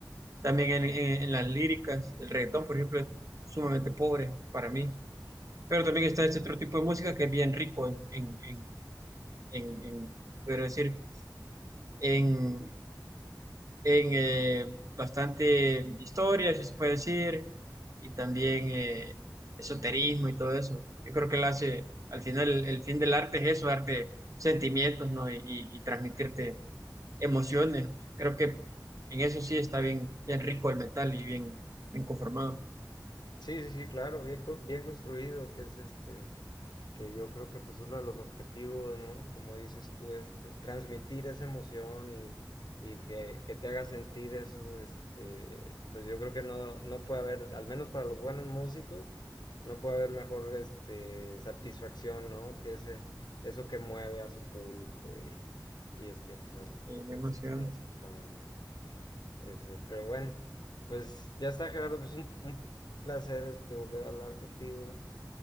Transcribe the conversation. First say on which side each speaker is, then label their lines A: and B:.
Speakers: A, on the right; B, on the left.
A: también en, en- en las líricas. El reggaetón, por ejemplo, es sumamente pobre para mí. Pero también está este otro tipo de música que es bien rico en, en, en, en, en- podría decir, en, en eh, bastante historia, si se puede decir, y también eh, esoterismo y todo eso. Yo creo que él hace, al final, el, el fin del arte es eso, darte sentimientos, ¿no? Y, y- y transmitirte emociones. Creo que en eso sí está bien, bien rico el metal y bien, bien conformado.
B: Sí, sí, sí, claro, bien, bien construido, que es este, que yo creo que pues uno de los objetivos, ¿no? Como dices tú, este, transmitir esa emoción y, y que, que te haga sentir eso, este, pues yo creo que no, no puede haber, al menos para los buenos músicos, no puede haber mejor este, satisfacción, ¿no? Que ese, eso que mueve a su público y, y este, pues a sus,
A: Eh, la
B: así
A: emoción.
B: decirlo, a sus fans, ¿no? Ese, pero bueno, pues ya está Gerardo, pues un, un placer este, volver a hablar contigo.